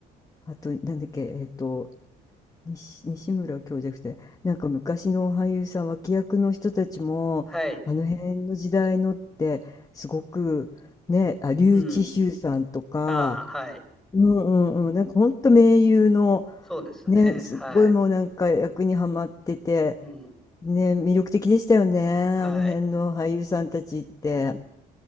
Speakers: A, on the left; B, in the centre.
A: あと、なんだっけ、えっと、西、西村教授じなて、なんか昔の俳優さん、脇役の人たちも、
B: はい。
A: あの辺の時代のって、すごく、ね、あ、笠智衆さんとか、
B: うん。ああ、はい。
A: うんうんうん、なんかほんと名優の、
B: そうですね。
A: ね、すっごいもうなんか役にはまってて、
B: はい。うん、
A: ね、魅力的でしたよね、
B: はい。
A: あの辺の俳優さんたちって。
B: うん、